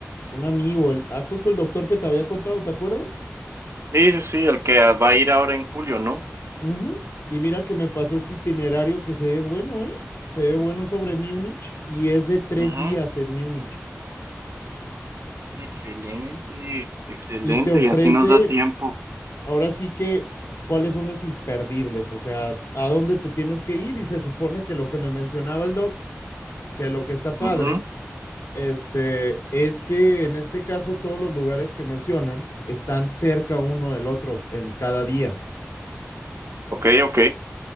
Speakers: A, on the left (about 75°); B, on the right (about 65°).
A: un amigo, el, ah, justo el doctor que te había contado, ¿te acuerdas?
B: Sí, sí, sí, el que va a ir ahora en julio, ¿no?
A: Ujú. Y mira que me pasó este itinerario que se ve bueno, ¿eh? Se ve bueno sobre Múnich y es de tres
B: Ujú.
A: días en Múnich.
B: Excelente, excelente.
A: Y te ofrece,
B: Y así nos da tiempo.
A: ahora sí que, cuáles son los imperdibles, o sea, a dónde te tienes que ir. Y se supone que lo que me mencionaba el doc, que lo que está padre,
B: Ujú.
A: este, es que en este caso todos los lugares que mencionan están cerca uno del otro en cada día.
B: Ok, ok.